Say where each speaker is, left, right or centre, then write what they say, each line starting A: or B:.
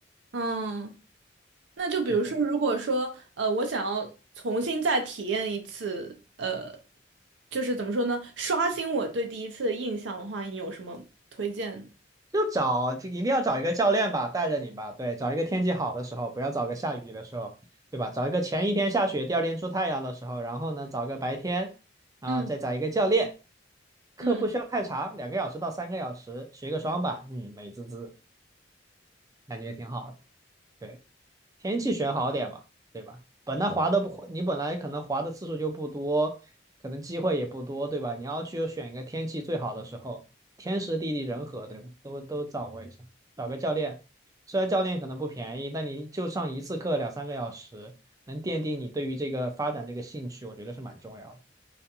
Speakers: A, on the right; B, on the right.
A: 嗯，那就比如说，
B: 是的。
A: 如果说呃，我想要重新再体验一次，呃，就是怎么说呢，刷新我对第一次的印象的话，你有什么推荐？吗？
B: 就找，就一定要找一个教练吧，带着你吧。对，找一个天气好的时候，不要找个下雨的时候，对吧？找一个前一天下雪，第二天出太阳的时候，然后呢，找个白天，啊，
A: 嗯
B: 再找一个教练。课不需要太长，
A: 嗯，
B: 两个小时到三个小时，学个双板，嗯，美滋滋，感觉挺好的。对。天气选好点吧，对吧？本来滑的不，你本来可能滑的次数就不多，可能机会也不多，对吧？你要去选一个天气最好的时候，天时地利人和，对吧？都都掌握一下，找个教练，虽然教练可能不便宜，但你就上一次课两三个小时，能奠定你对于这个发展这个兴趣，我觉得是蛮重要的。